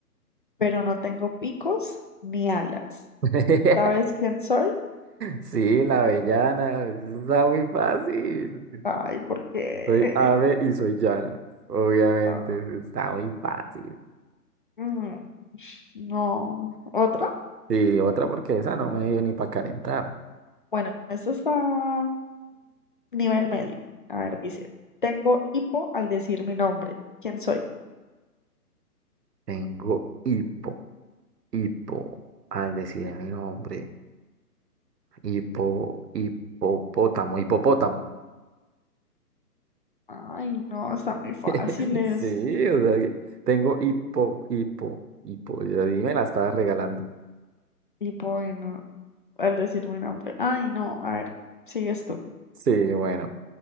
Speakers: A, on the left; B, on the right.
A: pero no tengo picos ni alas.
B: <laughs>
A: ¿Sabes quién soy?
B: Sí, la avellana. eso Está muy fácil.
A: Ay, ¿por qué?
B: Soy Ave y soy Llana. Obviamente,
A: <laughs>
B: eso está muy fácil.
A: Mm, no, otra.
B: Y otra porque esa no me dio ni para calentar.
A: Bueno, esto está nivel medio. A ver, dice, tengo hipo al decir mi nombre. ¿Quién soy?
B: Tengo hipo, hipo, al decir mi nombre. Hipo, hipopótamo, hipopótamo.
A: Ay, no, están muy fáciles.
B: <laughs> Sí, o sea, que tengo hipo, hipo, hipo. Ya dime la estaba regalando.
A: Hipo, bueno, al decir mi nombre. Ay, no, a ver, sigues tú.
B: Sí, bueno.